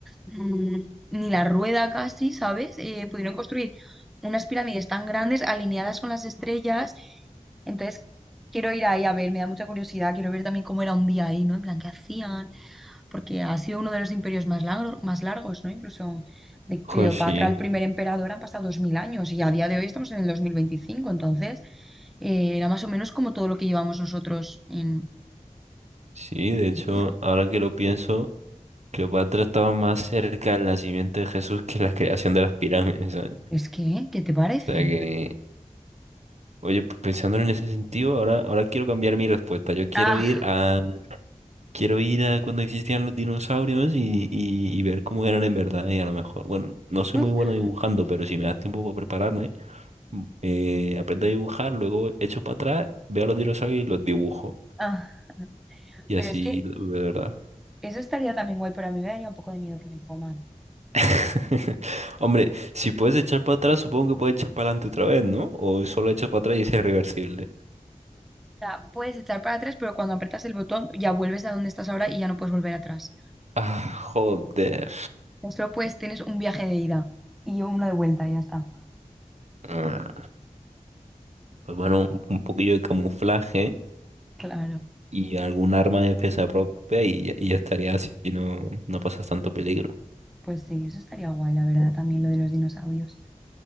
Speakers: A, in the centre; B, on the right.
A: mm, <laughs> ni la rueda casi, ¿sabes? Eh, pudieron construir unas pirámides tan grandes alineadas con las estrellas. Entonces, quiero ir ahí a ver, me da mucha curiosidad, quiero ver también cómo era un día ahí, ¿no? En plan, ¿qué hacían? Porque ha sido uno de los imperios más largo- más largos, ¿no? Incluso de Cleopatra,
B: Joder, sí,
A: el primer emperador, han pasado 2000 años y a día de hoy estamos en el dos mil veinticinco entonces eh, era más o menos como todo lo que llevamos nosotros en...
B: sí, de hecho,
A: vida.
B: ahora que lo pienso, Cleopatra estaba más cerca del nacimiento de Jesús que la creación de las pirámides, ¿sabes?
A: Es que, ¿qué te parece?
B: O sea que, oye, pues, pensándolo en ese sentido, ahora, ahora quiero cambiar mi respuesta. Yo quiero
A: Ah,
B: ir a Quiero ir a cuando existían los dinosaurios y, y, y ver cómo eran en verdad. Y a lo mejor, bueno, no soy
A: <laughs>
B: muy bueno dibujando, pero si me das tiempo para prepararme, mm, eh, aprendo a dibujar, luego echo para atrás, veo a los dinosaurios y los dibujo.
A: ah,
B: Y
A: pero
B: así,
A: es que
B: de verdad.
A: Eso estaría también guay, pero a mí me daría un poco de miedo que me coman. O
B: <laughs> Hombre, si puedes echar para atrás, supongo que puedes echar para adelante otra vez, ¿no? O solo echas para atrás y es irreversible.
A: sea, puedes echar para atrás, pero cuando aprietas el botón ya vuelves a donde estás ahora y ya no puedes volver atrás.
B: Ah, joder.
A: Solo pues tienes un viaje de ida y uno de vuelta y ya está.
B: Ah, Pues bueno, un un poquillo de camuflaje.
A: Claro,
B: y algún arma de defensa propia y, ya y ya estaría así y no, no pasas tanto peligro.
A: pues sí, eso estaría guay, la verdad, también lo de los dinosaurios.